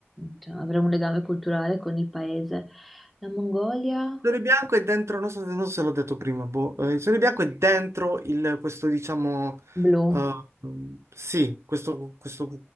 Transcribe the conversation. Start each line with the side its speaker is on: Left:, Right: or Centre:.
Centre: cioè, avere un legame culturale con il paese. La Mongolia,
Right: Sole Bianco è dentro, non so, non so se l'ho detto prima, boh. Eh, il Sole Bianco è dentro il- questo, diciamo,
Centre: blu.
Right: eh, mm, sì, questo, questo